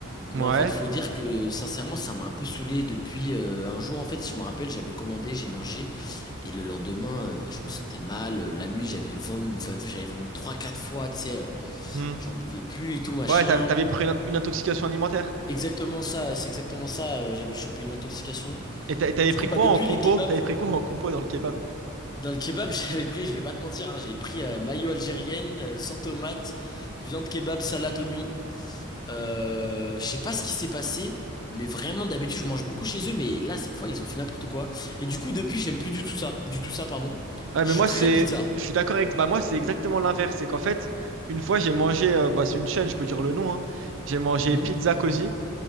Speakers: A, on the left (about 20°); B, on the right (about 65°).
A: mais
B: Ouais.
A: en fait, faut dire que, sincèrement, ça m'a un peu saoulé depuis euh, un jour, en fait, si je me rappelle, j'avais commandé, j'ai mangé, et le lendemain, euh, je me sentais mal, euh, la nuit, j'avais vomi, enfin, j'avais vomi trois, quatre fois, tu sais, euh,
B: Hmm.
A: j'en pouvais plus et tout, machin.
B: Ouais, t'a- t'avais pris une, une intoxication alimentaire.
A: Exactement ça, c'est exactement ça. euh, j'avais chopé une intoxication.
B: Et t'a- t'avais
A: Du
B: pris
A: coup, bah
B: quoi
A: depuis
B: en compo?
A: les kebabs,
B: T'avais pris quoi en compo dans le kebab?
A: dans le kebab, <laughs> j'avais pris, je vais pas te mentir, hein, j'avais pris euh, mayo algérienne, euh, sans tomate, viande kebab, salade oignon. Euh, je sais pas ce qui s'est passé, mais vraiment d'habitude je mange beaucoup chez eux, mais là cette fois ils ont fait n'importe quoi. Et du coup depuis j'aime plus du tout ça, du tout ça pardon.
B: Ouais,
A: Je
B: mais
A: suis
B: moi,
A: très
B: c'est,
A: pizza.
B: je suis d'accord avec, bah, moi, c'est exactement l'inverse. C'est qu'en fait, une fois, j'ai mangé, euh, bah, c'est une chaîne, je peux dire le nom, hein. J'ai mangé
A: Mhm.
B: Pizza Cosy.